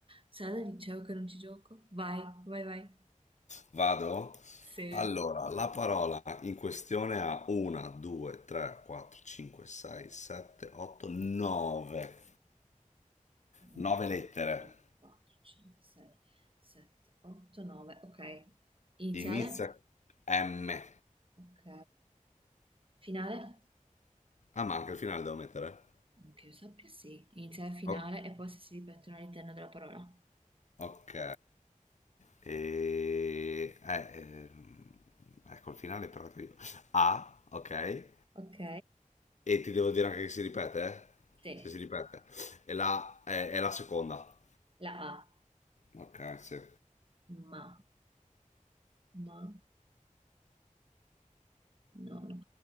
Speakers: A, on the right (about 40°); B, on the left (about 60°).
A: sarà da liceo che non ci gioco? Vai, vai, vai.
B: Vado?
A: Se
B: Allora, la parola in questione ha 1, 2, 3, 4, 5, 6, 7, 8, 9.
A: 1,
B: 9
A: 2,
B: lettere.
A: 3, 4, 5, 6, 7, 8, 9. Ok. Iniziale?
B: Inizia M.
A: Ok. Finale?
B: Ah, ma anche il finale devo mettere?
A: Che io sappia, sì. Iniziale, finale
B: O-
A: e poi se si ripetono all'interno della parola.
B: ok. E... eh, ehm, ecco, il finale però ti dico. A, ok.
A: Ok,
B: E ti devo dire anche che si ripete, eh?
A: sì.
B: Se si ripete. E la, è, è la seconda.
A: La A,
B: Ok, sì.
A: ma, ma, no, no.